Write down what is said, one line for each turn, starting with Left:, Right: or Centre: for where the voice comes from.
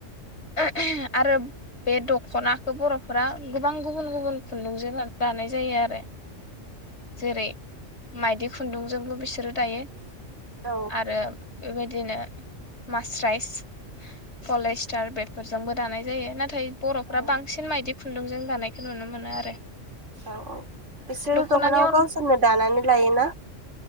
Left: । आरो बे दखन बर'फोरा गोबां गुबुन गुबुन खुन्दुंजों लानाय जायो आरो जेरै मायदि खुन्दुंजोंबो बिसोरो दायो
Right: औ
Left: आरो बेबायदिनो <inaudible> मास्राइस पलेस्टार बेफोरजोंबो दानाय जायो नाथाय बर'फ्रा
Right: औ
Left: बां मायदि खुन्दुंजों दानायखौ नुनो मोनो आरो।
Right: औ औ बिसोरो
Left: दख'नानि
Right: दखनाखौ
Left: अन
Right: गावसोरनो दानानै लायोना?